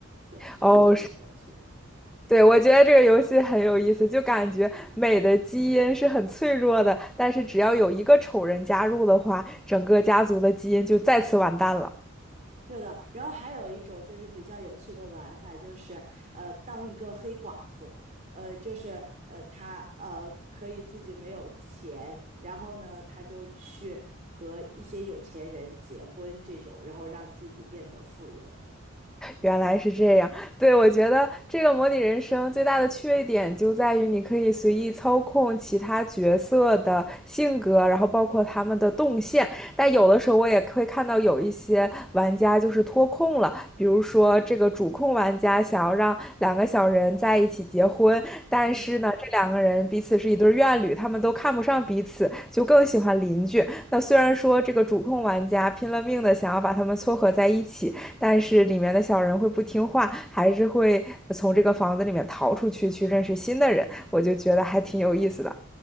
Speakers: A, on the right (about 35°); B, in the centre.
A: 对，这个就很有趣。
B: 哦，是对，我觉得这个游戏很有意思，就感觉美的基因是很脆弱的，但是只要有一个丑人加入的话，整个家族的基因就再次完蛋了。
A: 是的，然后还有一种就是比较有趣的玩法，就是呃，当一个黑寡妇，呃，就是呃，她呃可以自己没有钱，然后呢，她就去和一些有钱人结婚这种，然后让自己变得富有。
B: 原来是这样。对，我觉得这个模拟人生最大的缺点就在于你可以随意操控其他角色的性格，然后包括他们的动线。但有的时候我也会看到有一些玩家就是脱控了，比如说这个主控玩家想要让两个小人在一起结婚，但是呢，
A: 嗯。
B: 这两个人彼此是一对怨侣，他们都看不上彼此，就更喜欢邻居。那虽然说这个主控玩家拼了命的想要把他们撮合在一起，但是里面的小人会不听话，还是会从这个房子里面逃出去，去认识新的人。我就觉得还挺有意思的。